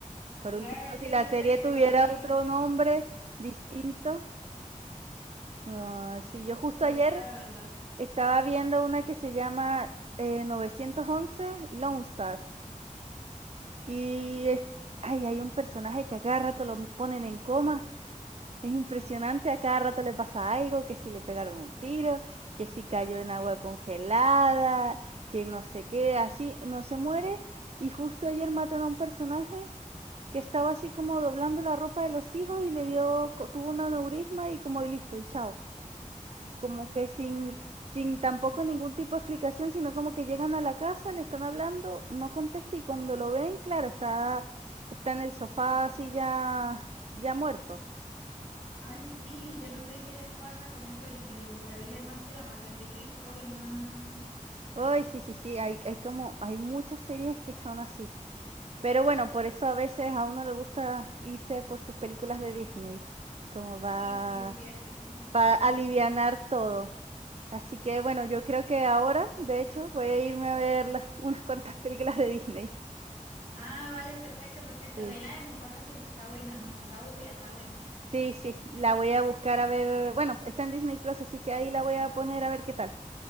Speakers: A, on the right; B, on the left.
A: Por
B: Claro,
A: último,
B: ese,
A: si la
B: ese
A: serie
B: revive
A: tuviera
B: más que...
A: otro nombre distinto. ah, sí, yo justo
B: Sí,
A: ayer
B: es verdad, verdad.
A: estaba viendo una que se llama eh, 911 Lone Star. Y es- ay, hay un personaje que a cada rato lo ponen en coma. Es impresionante, a cada rato le pasa algo, que si le pegaron un tiro, que si cayó en agua congelada, que no sé qué, así, no se muere. Y justo ayer matan a un personaje que estaba así como doblando la ropa de los hijos y le dio, co- tuvo un aneurisma y como y listo, y chao. Como que sin, sin tampoco ningún tipo de explicación, sino como que llegan a la casa, le están hablando, no contesta y cuando lo ven, claro, está, está en el sofá así ya, ya muerto.
B: Ay, sí, yo no sé qué les pasa con eso y, y reviven más que la pasión de Cristo y no, no, no, no, no.
A: Ay, sí, sí, sí, hay hay como hay muchas series que son así. Pero bueno, por eso a veces a uno le gusta irse por sus películas de Disney, como va
B: Sí, sí, es cierto. <laughs>
A: para alivianar todo. Así que bueno, yo creo que ahora, de hecho, voy a irme a ver las <laughs> unas cuantas películas de Disney.
B: Ah, vale, perfecto, perfecto.
A: Sí.
B: Ve la de Mufasa que sí está buena, no, no está aburrida, está buena.
A: Sí, sí, la voy a buscar a ver, bueno, está en Disney Plus, así que ahí la voy a poner a ver qué tal.